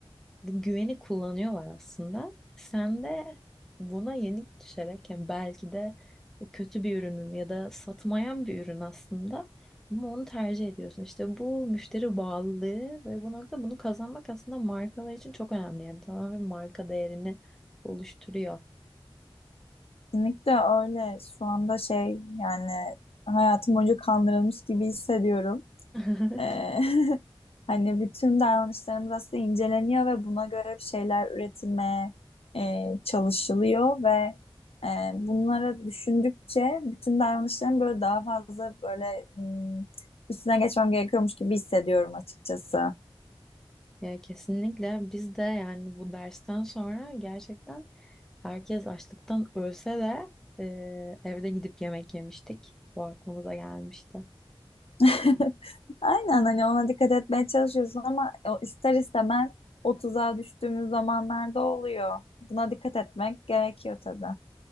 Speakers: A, in the centre; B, on the left (about 85°).
A: bu güveni kullanıyorlar aslında. Sen de buna yenik düşerek yani belki de bu kötü bir ürün ya da satmayan bir ürün aslında ama onu tercih ediyorsun. İşte bu müşteri bağlılığı ve bu nokta bunu kazanmak aslında markalar için çok önemli. Yani tamamen marka değerini oluşturuyor.
B: Kesinlikle öyle. Şu anda şey yani hayatım boyunca kandırılmış gibi hissediyorum.
A: <laughs>
B: Ee, <laughs> hani bütün davranışlarımız aslında inceleniyor ve buna göre bir şeyler üretilmeye e, çalışılıyor ve e, bunları düşündükçe bütün davranışlarım böyle daha fazla böyle hmm, üstüne geçmem gerekiyormuş gibi hissediyorum açıkçası.
A: Ya kesinlikle biz de yani bu dersten sonra gerçekten Herkes açlıktan ölse de e, evde gidip yemek yemiştik. Bu aklımıza gelmişti.
B: <laughs> Aynen hani ona dikkat etmeye çalışıyorsun ama o ister istemez o tuzağa düştüğümüz zamanlarda oluyor. Buna dikkat etmek gerekiyor tabii.